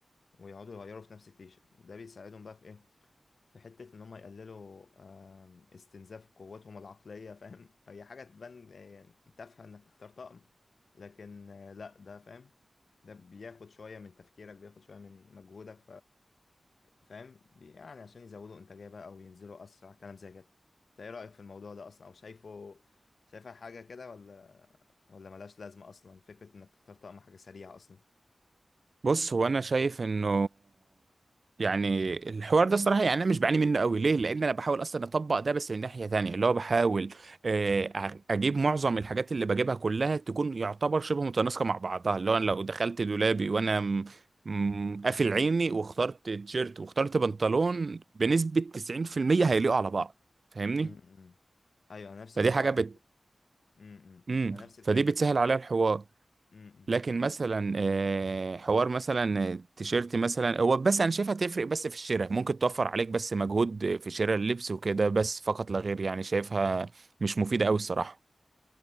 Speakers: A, on the left; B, on the right.
A: ويقعدوا يغيروا في نفس التيشيرت ده بيساعدهم بقى في ايه في حتة ان هم يقللوا آه استنزاف قوتهم العقلية فاهم <laughs> هي حاجة تبان آه، تافهة انك تختار طقم لكن آه لا ده فاهم ده بياخد شوية من تفكيرك بياخد شوية من مجهودك فاهم يعني عشان يزودوا انتاجيه بقى او ينزلوا اسرع كلام زي كده انت ايه رايك في الموضوع ده اصلا او شايفه شايفها حاجه كده ولا ولا ملهاش لازمه اصلا فكره انك تختار طقم حاجه سريعه اصلا
B: بص هو انا شايف انه يعني الحوار ده الصراحه يعني انا مش بعاني منه قوي ليه لان انا بحاول اصلا اطبق ده بس من ناحيه تانية اللي هو بحاول آه، أ- اجيب معظم الحاجات اللي بجيبها كلها تكون يعتبر شبه متناسقه مع بعضها اللي هو انا لو دخلت دولابي وانا م- م- قافل عيني واخترت تيشيرت واخترت بنطلون بنسبه 90% هيليقوا على بعض فاهمني
A: امم ايوه أنا نفس
B: فدي
A: الحوار
B: حاجه
A: على
B: بت...
A: فكره امم
B: امم
A: انا نفس الفكره
B: فدي بتسهل
A: فكره
B: عليا الحوار
A: امم
B: لكن مثلا آه، حوار مثلا آه، تيشيرت مثلا هو بس انا شايفها تفرق بس في الشراء ممكن توفر عليك بس مجهود في شراء اللبس وكده بس فقط لا غير يعني شايفها مش مفيدة قوي الصراحة